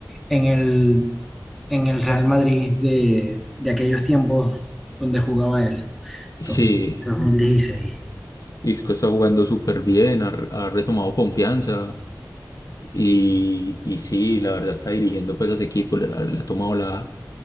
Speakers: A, in the centre; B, on the left.
A: en el, en el Real Madrid de, de aquellos tiempos donde jugaba él,
B: Sí,
A: 2000, 2016.
B: Isco está jugando súper bien, ha, ha retomado confianza y, y sí, la verdad está dirigiendo pues a ese equipo, le, ha le ha tomado la,